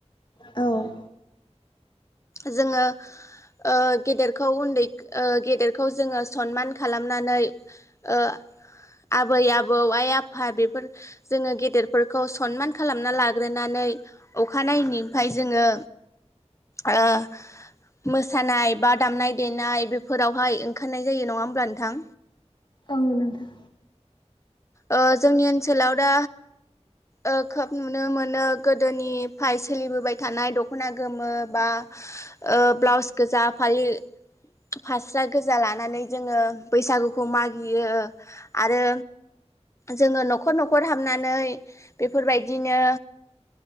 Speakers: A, on the left; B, on the left.
A: औ
B: जोङो ओह गेदेरखौ उन्दै ओह गेदेरखौ जोङो सनमान खालामनानै ओह आबै आबौ आइ आफा बेफोर जोङो गेदेरफोरखौ सनमान खालामना लाग्रोनानै अखानायैनायनिफाय जोङो। ओह मोसानाय बा दामनाय देनाय बेफोरावहाय ओंखारनाय जायो नङा ओम बा नोंथां।
A: औ नोंथां।
B: ओ जोंनि ओनसोलाव दा ओ खोब नुनो मोनो गोदोनिफाय सोलिबोबाय थानाय दख'ना गोमो बा ओह ब्लाउस गोजा फालि फास्रा गोजा लानानै जोङो बैसागुखौ मागियो आरो जोङो न'खर न'खर हाबनानै, बेफोरबायदिनो